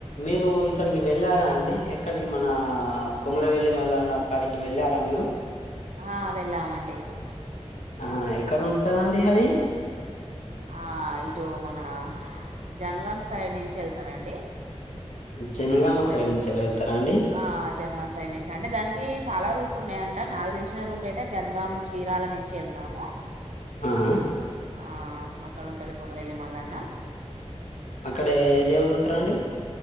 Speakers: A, on the left; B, on the right.
A: మీరు ఇక్కడికి వెళ్ళారా అండి ఏక్కడికి మన కొమరవెల్లి మల్లన్న కాడికి వెళ్ళారా మీరు
B: ఆ వెళ్ళామండి
A: ఆ ఎక్కడ ఉంటదండి అది
B: ఆ ఇటు మన జనగాం సైడ్ నుంచి వెళ్తారా అండి
A: జనగామ
B: కొమ్మరల్లి
A: సైడ్ నుంచి వెళ్తారా అండి?
B: ఆ జనగాం సైడ్ నుంచి అండి దానికి చాలా రూట్లు ఉన్నాయి అం నాకు తెలిసిన రూట్ అయితే జనగాం చీరాల నుంచి వెళ్తాము
A: ఆహా!
B: ఆ అక్కడ ఉంటది కొమరలి మళ్ళన్న
A: అక్కడ ఏ దేవుడు ఉంటారండి